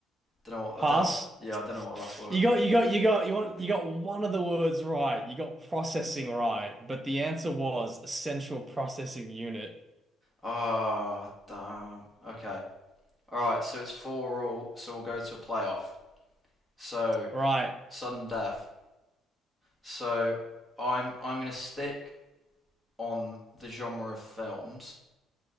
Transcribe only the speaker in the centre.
Don't know what.
I don't know. Yeah, I don't know what the last word.
Ah, damn. Okay. All right. So it's four all. So we'll go to a playoff. So
sudden death. So I'm I'm gonna stick on the genre of films,